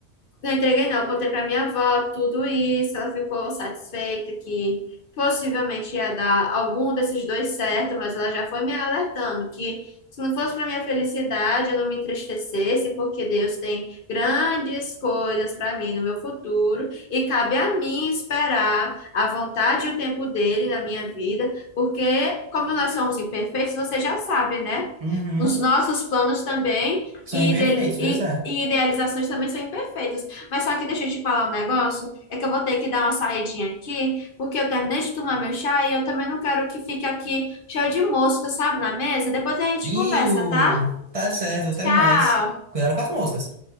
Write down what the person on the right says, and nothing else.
Uhum.
São
imperfeitos,
pois
é.
E o.
Tá certo, até
mais. Cuidado com as moscas.